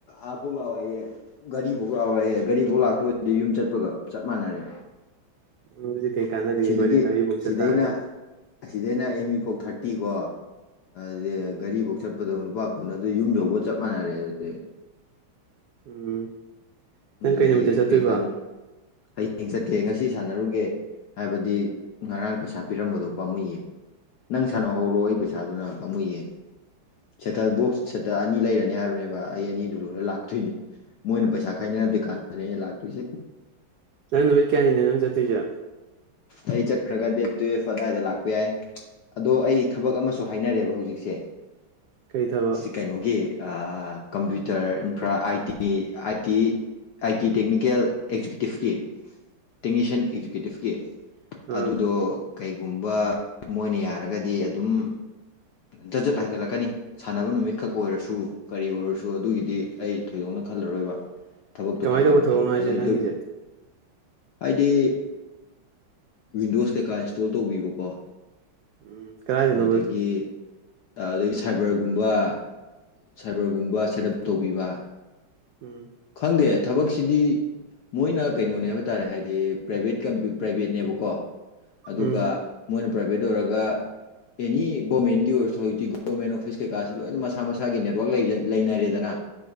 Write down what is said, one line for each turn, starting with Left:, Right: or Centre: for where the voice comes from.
Left: ꯑꯐꯥꯎ ꯂꯥꯛꯑꯣ ꯍꯥꯢꯌꯦ ꯒꯥꯔꯤꯐꯧ ꯂꯥꯛꯑꯣꯍꯦ ꯒꯥꯔꯤꯐꯧ ꯂꯥꯛꯇꯣꯏꯗꯤ ꯌꯨꯝ ꯆꯠꯄꯒ ꯆꯞ ꯃꯥꯟꯅꯔꯦ
Right: ꯑꯗꯨꯗꯤ ꯀꯩ ꯀꯥꯟꯅꯔꯤꯒꯦ
Left: ꯁꯤꯗꯒꯤ
Right: ꯍꯣꯢꯅꯦ ꯘꯔꯤ ꯐꯧ ꯆꯠꯇꯥꯥꯔꯗꯤ
Left: ꯁꯤꯗꯩꯅ ꯑꯁꯤꯗꯩꯅ ꯑꯦꯝ ꯌꯨ ꯐꯧ ꯊꯥꯔꯇꯤ ꯀꯣ ꯑꯗꯨ
Right: ꯎꯝ
Left: ꯙꯔꯤ ꯐꯧ ꯆꯠꯄꯗꯧ ꯂꯨꯄꯥ ꯀꯨꯟ ꯑꯗꯨ ꯌꯨꯝ ꯌꯧꯕ ꯆꯞ ꯃꯥꯟꯅꯔꯦ ꯑꯗꯨꯗꯤ
Right: ꯎꯝ ꯅꯪ
Left: ꯑꯗꯨꯗꯤ
Right: ꯀꯩ ꯅꯨꯃꯤꯠꯇ ꯆꯠꯇꯣꯏꯕ
Left: ꯀꯩ ꯀꯥꯟꯅꯩ ꯍꯌꯦꯡ ꯆꯠꯀꯦ ꯉꯁꯤ ꯁꯥꯟꯅꯔꯨꯒꯦ ꯍꯥꯏꯕꯗꯤ ꯉꯔꯥꯡ ꯄꯩꯁꯥ ꯄꯤꯔꯝꯕꯗꯣ ꯄꯥꯝꯃꯨꯏꯌꯦ ꯅꯪ ꯁꯥꯟꯅꯍꯧꯔꯣ
Right: ꯎꯝ
Left: ꯑꯩ ꯄꯩꯁꯥ ꯄꯩꯁꯥꯗꯨꯅ ꯄꯥꯃꯨꯏꯌꯦ ꯁꯦꯇꯜ ꯕꯣꯛꯁ ꯁꯦꯇꯜ ꯑꯅꯤ ꯂꯩꯔꯅꯤ ꯍꯥꯏꯕꯅꯦꯕ ꯑꯩ ꯑꯅꯤꯗꯨ ꯂꯣꯏꯔ ꯂꯥꯛꯇꯣꯏꯅꯦ ꯃꯣꯏꯅ ꯄꯩꯁꯥ ꯈꯥꯏꯅꯔꯝꯗꯔꯤ ꯀꯥꯟꯗ ꯑꯩꯅ ꯂꯥꯛꯇꯣꯏꯁꯦ
Right: ꯅꯪ ꯅꯨꯃꯤꯠ ꯀꯌꯥꯅꯣ ꯅꯪ ꯆꯠꯇꯣꯏꯁꯦ
Left: ꯑꯩ ꯆꯠꯈ꯭ꯔꯒ ꯗꯦꯠ ꯇꯨꯌꯦꯜꯐ ꯑꯗꯥꯏꯗ ꯂꯥꯛꯄ ꯌꯥꯏ ꯑꯗꯣ ꯑꯩ ꯊꯕꯛ ꯑꯃꯁꯨ ꯍꯥꯏꯅꯔꯦꯕ ꯍꯧꯖꯤꯛꯁꯦ
Right: ꯀꯔꯤ ꯊꯕꯛ
Left: ꯁꯤ ꯀꯩꯅꯣꯒꯤ computer infra I T I T I T technical ꯑꯦꯛꯖꯤꯀ꯭ꯌꯨꯇꯤꯞꯀꯤ ꯇꯦꯛꯅꯤꯁꯤꯌꯥꯟ ꯑꯦꯛꯖꯤꯀ꯭ꯌꯨꯇꯤꯞꯀꯤ ꯑꯣꯀꯦ
Right: ꯑꯥ
Left: ꯑꯗꯨꯗꯣ ꯀꯩꯒꯨꯝꯕ ꯃꯣꯏꯅ ꯌꯥꯔꯒꯗꯤ ꯑꯗꯨꯝ ꯖꯠ ꯖꯠ ꯍꯥꯏꯒꯠꯂꯛꯀꯅꯤ ꯁꯥꯟꯅꯕ ꯅꯨꯃꯤꯠꯈꯛ ꯑꯣꯏꯔꯁꯨ ꯀꯔꯤ ꯑꯣꯏꯔꯁꯨ ꯑꯗꯨꯒꯤꯗꯤ ꯑꯩ ꯊꯣꯏꯗꯣꯛꯅ ꯈꯜꯂꯔꯣꯏꯕ ꯊꯕꯛꯇꯣ
Right: ꯀꯃꯥꯏꯅ
Left: ꯇꯧꯍꯧꯔꯗꯤ
Right: ꯇꯧꯕ ꯊꯕꯛꯅꯣ ꯍꯥꯏꯁꯦ
Left: ꯑꯗꯨ ꯏꯟꯇꯔꯍꯥꯏꯗꯤ
Right: ꯅꯪꯒꯤꯁꯦ
Left: ꯋꯤꯟꯗꯣꯁ ꯀꯩꯀꯥ ꯏꯟꯁꯇꯣꯜ ꯇꯧꯕꯤꯕꯀꯣ
Right: ꯎꯝ ꯀꯗꯥꯏꯗꯅꯣꯕ
Left: ꯑꯗꯒꯤ ꯑꯗꯨꯗꯒꯤ ꯁꯥꯏꯕꯔꯒꯨꯝꯕ ꯁꯥꯏꯕꯔꯒꯨꯝꯕ ꯁꯦꯠ ꯑꯞ ꯇꯧꯕꯤꯕ
Right: ꯎꯝ
Left: ꯈꯪꯗꯦ ꯊꯕꯛꯁꯤꯗꯤ ꯃꯣꯏꯅ ꯀꯩꯅꯣꯅꯤ ꯍꯥꯏꯕ ꯇꯥꯔꯦ ꯍꯥꯏꯗꯤ ꯄ꯭ꯔꯥꯏꯚꯦꯠ ꯀꯝ ꯄ꯭ꯔꯥꯏꯚꯦꯠꯅꯦꯕꯀꯣ ꯑꯗꯨꯒ
Right: ꯎꯝ
Left: ꯃꯣꯏꯅ ꯄ꯭ꯔꯥꯏꯚꯦꯠ ꯑꯣꯏꯔꯒ ꯑꯦꯅꯤ ꯒꯣꯃꯦꯟꯒꯤ ꯑꯣꯊꯣꯔꯤꯇꯤ ꯒꯣꯃꯦꯟ ꯑꯣꯐꯤꯁ ꯀꯩꯀꯥꯁꯤ ꯂꯣꯏꯅ ꯃꯁꯥ ꯃꯁꯥꯒꯤ ꯅꯦꯠꯋꯥꯛ ꯂꯩꯅꯔꯦꯗꯅ